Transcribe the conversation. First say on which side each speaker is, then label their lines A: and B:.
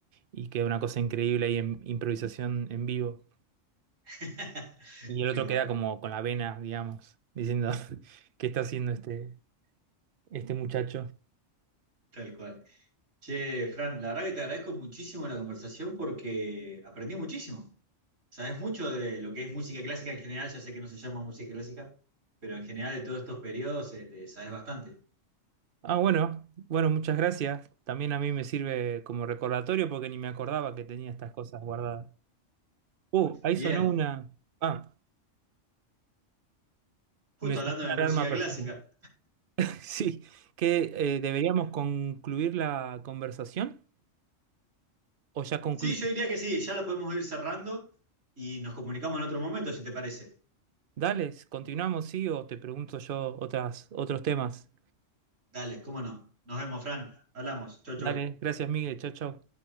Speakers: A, on the right; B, on the right.
A: y queda una cosa increíble ahí en improvisación en vivo.
B: <laughs>
A: Y el
B: Qué
A: otro
B: bueno,
A: queda como con la vena, digamos, diciendo, <laughs> ¿qué está haciendo este, este muchacho?
B: tal cual. Che, Fran, la verdad que te agradezco muchísimo la conversación porque aprendí muchísimo. Sabes mucho de lo que es música clásica en general, ya sé que no se llama música clásica, pero en general de todos estos periodos eh, te sabes bastante.
A: Ah, bueno, bueno, muchas gracias. También a mí me sirve como recordatorio porque ni me acordaba que tenía estas cosas guardadas. Uh, ahí
B: Bien,
A: sonó una... Ah,
B: justo
A: me sonó
B: hablando de
A: una
B: música
A: alarma personal.
B: clásica.
A: <laughs> Sí, que eh, deberíamos concluir la conversación o ya concluye.
B: Sí, yo diría que sí, ya lo podemos ir cerrando y nos comunicamos en otro momento, si te parece.
A: Dale, continuamos, sí, o te pregunto yo otras, otros temas.
B: Dale, cómo no. Nos vemos, Fran. Hablamos. Chau, chau.
A: Dale, gracias, Miguel. Chau, chau.